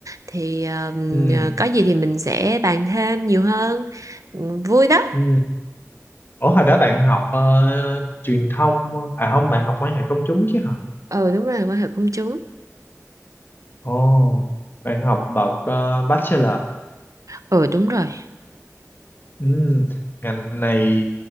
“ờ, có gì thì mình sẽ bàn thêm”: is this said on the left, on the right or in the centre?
Right